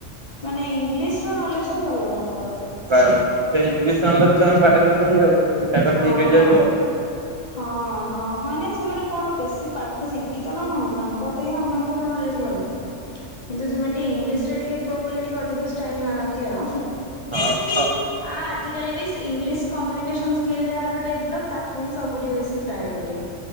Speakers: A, on the left; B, on the right.
A: ମାନେ ଇଂଲିଶ୍ ର ନଲେଜ୍ ଟା ଭଲ ତାଙ୍କର।
B: ପ୍ରାୟ ସେ ଇଂଲିଶ୍ ନଲେଜ୍ ତ ହେନେ ବାଟି ଦୋଉଚନ୍ତି ଆଉ। ତାଙ୍କର
A: ହଁ।
B: ଠିକ ହେଇଯାଉଛି ଆଉ
A: ହଁ ନହେନେ ସେମାନେ କଣ ବେଶୀ ପାଠ ଶିକିତ ନାଁ କଣ ତାଙ୍କ ପେୟା ଆମମାନଙ୍କର ନଲେଜ୍ ଭଲ କିନ୍ତୁ ସେମାନେ ଟିକେ ଇଂଲିଶ୍ ସେ ଟିକେ ପ୍ରୋ ବୋଲି ଟିକେ ଅଧିକ ଷ୍ଟାଇଲ୍ ମାରନ୍ତି ଆଉ।
B: ହଁ
A: ଆ ଆଜିକାଲି ବି ସ୍ ଇଂଲିଶ୍ କମ୍ୟୁନିକେସନ୍ସ୍ ସ୍କିଲ୍ ଯାହାର ଡେଭଲପ୍ ତାକୁ ହିଁ ସବୁଠି ବେଶୀ ପ୍ରାୟୋରିଟି